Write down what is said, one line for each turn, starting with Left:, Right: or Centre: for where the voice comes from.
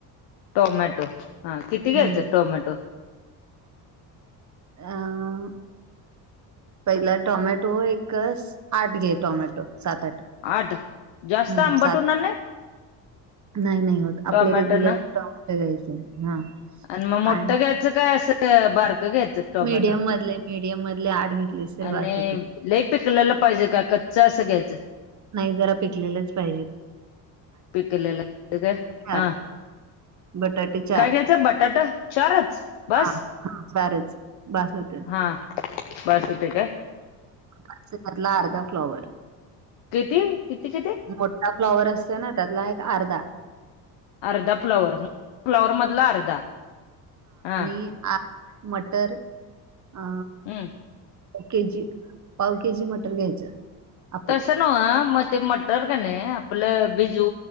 Left: टोमॅटो, हा किती घ्यायचं
Right: हम्म
Left: टोमॅटो?
Right: अं.. पहिला टॉमॅटो एक आठ घे टॉमॅटो सात -आठ.
Left: आठ जास्त
Right: हम्म
Left: आंबट
Right: सात
Left: होणार नाही.
Right: नाही नाही होत
Left: टोमॅटो
Right: आपले रेग्युलर
Left: न
Right: टॉमॅट घ्यायचे. हा
Left: आणि मग मोठं
Right: आणि
Left: घ्यायचं काय?, असं बारकं घ्यायचं. टोमॅटो
Right: मीडियम मधले मीडियम मधले आठ घेतलीस तरी
Left: आणि
Right: बास होतय.
Left: लई पिकलेलं पाहिजे का कच्च असं घ्यायचं.
Right: नाही जरा पिकलेलेच पाहिजेत.
Left: पिकलेलं काय
Right: चार
Left: हा,
Right: बटाटे चार
Left: काय घ्यायचंय बटाटा चारच. बस
Right: हा हा चारच बास होते...
Left: हा बस होते काय
Right: त्याचेमधला अर्धा फ्लॉवर.
Left: किती, किती किती.
Right: मोठा फ्लॉवर असतो ना त्यातला एक अर्धा.
Left: अर्धा फ्लॉवर फ्लॉवर मधला अर्धा हा
Right: ह मटर अ
Left: हम्म
Right: पाऊ केजी पाव के जी मटर घ्यायचं. आपले
Left: तस न वं मग ते मटर का नाही आपलं भिजू